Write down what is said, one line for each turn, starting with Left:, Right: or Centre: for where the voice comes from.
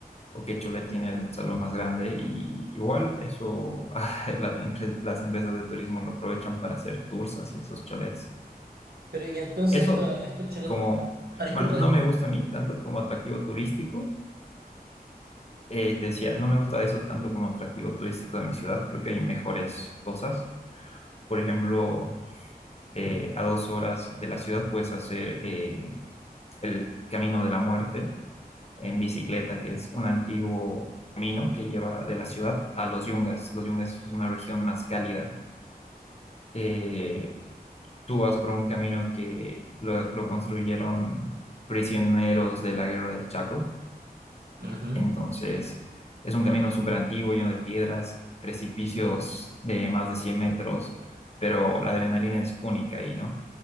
Left: o qué cholet tiene el salón más grande. Y igual eso, <laughs> la- las empresas de turismo lo aprovechan para hacer tours hacia esos cholets.
Right: Pero y entonces
Left: Eso
Right: esto, estos chole-
Left: como,
Right: Ah, disculpa,
Left: bueno, no
Right: disculpa.
Left: me gusta a mí tanto como atractivo turístico. Eh, te decía, no me gusta eso tanto como atractivo turístico de mi ciudad. Creo que hay mejores cosas. Por ejemplo, eh, a dos horas de la ciudad puedes hacer eh, el Camino de la Muerte en bicicleta, que es un antiguo camino que lleva de la ciudad a los Yungas. Los Yungas es una región más cálida. Eh, tú vas por un camino que lo lo construyeron prisioneros de la guerra del Chaco
Right: Ujú.
Left: Entonces, es un camino súper antiguo, lleno de piedras, precipicios de más de 100 metros, pero la adrenalina es única ahí, ¿no?